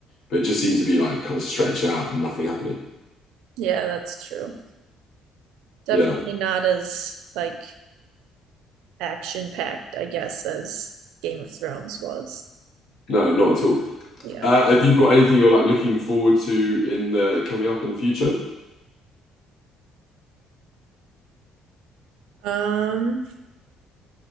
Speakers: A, on the left; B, on the right.
A: but it just seemed to be like kind of stretched out and nothing happening.
B: yeah, that's true. Definitely
A: Yeah.
B: not as like action packed, I guess, as Game of Thrones was.
A: No, not at all.
B: Yeah.
A: Uh, have you got anything you're like looking forward to in the coming up in the future?
B: Um,